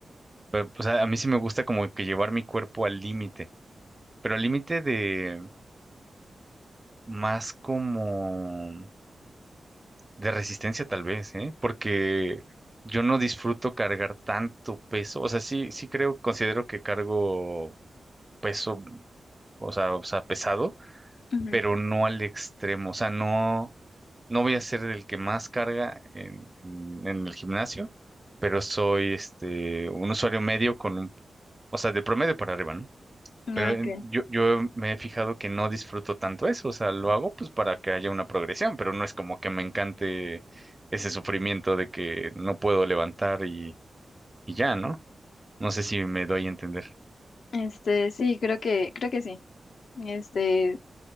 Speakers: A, on the right; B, on the left.
A: Pero pues a, a mí sí me gusta como que llevar mi cuerpo al límite, pero al límite de más como De resistencia tal vez, ¿eh? Porque yo no disfruto cargar tanto peso. O sea, sí, sí creo, considero que cargo peso, o sea, o sea, pesado,
B: Ujú.
A: pero no al extremo. O sea, no, no voy a ser el que más carga en, en- en el gimnasio, pero soy este un usuario medio con un, o sea, de promedio para arriba, ¿no?
B: Ah,
A: Pero en-
B: ok.
A: yo, yo me he fijado que no disfruto tanto eso, o sea, lo hago pues para que haya una progresión, pero no es como que me encante ese sufrimiento de que no puedo levantar y, y ya, ¿no? No sé si me doy a entender.
B: Este, sí, creo que, creo que sí. Este,